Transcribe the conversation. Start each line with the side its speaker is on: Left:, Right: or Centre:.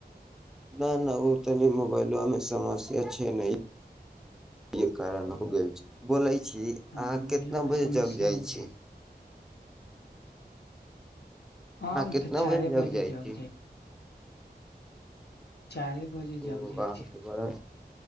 Centre: न न ओ तनी मोबाइलो अमे समस्य छै नह। ई कारण हो ग छै बोलाय। छी
Left: ह
Centre: अहाँ
Left: मोबाइलो
Centre: कितना
Left: मे
Centre: बजे
Left: समस्या
Centre: जग जाइ
Left: हो
Centre: छी।
Left: छै हम
Centre: अहाँ कितना
Left: तऽ चारे
Centre: बजे जक जाइ
Left: जग
Centre: छी।
Left: चार बजे
Centre: ओ
Left: जग
Centre: अहाँ
Left: जाइ छै।
Centre: तऽ बड़ा